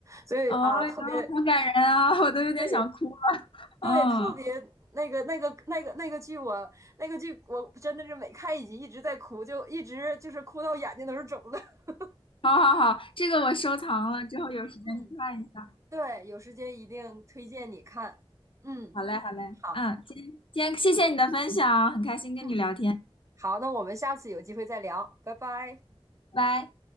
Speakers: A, on the right; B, on the left.
A: 所以啊，
B: 哦，
A: 特别
B: 呀，好感人啊，我都有点想哭了。
A: 对对，
B: 嗯，
A: 特别那个、那个、那个、那个剧我，那个剧我真的是每看一集一直在哭，就一直就是哭到眼睛都是肿的。<laughs>
B: 好好好，这个我收藏了，之后有时间看一下。
A: 嗯，对，有时间一定推荐你看。嗯，
B: 好嘞，好嘞，
A: 好，
B: 嗯，今天今天谢谢你的分享哦，很开心跟你聊天，
A: 嗯，好，那我们下次有机会再聊，拜拜。
B: 拜拜。